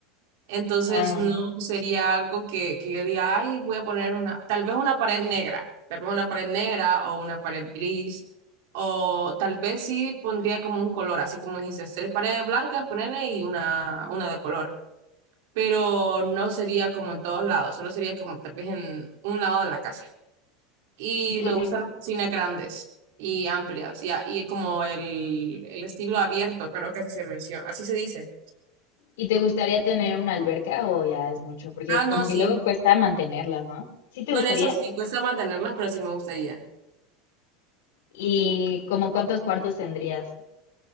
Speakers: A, on the right; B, on the left.
A: Entonces
B: Ah,
A: no sería algo que, que yo diga, ay, voy a poner una, tal vez una pared negra, tal vez una pared negra o una pared gris, o tal vez sí pondría como un color, así como dijiste, tres paredes blancas, ponerle y una, una de color, pero no sería como en todos lados, solo sería como tal vez en un lado de la casa. Y
B: ¿y tú?
A: me gustan las cocinas grandes y amplias, y, a- y como el, el estilo abierto, creo que así se menciona, así se dice.
B: ¿Y te gustaría tener una alberca o ya es mucho? Porque
A: Ah, no,
B: como
A: sí.
B: que luego cuesta mantenerla, ¿no? ¿Sí te
A: Bueno,
B: gustaría?
A: eso sí, cuesta mantenerlas, pero sí me gustaría.
B: ¿Y como cuántos cuartos tendrías?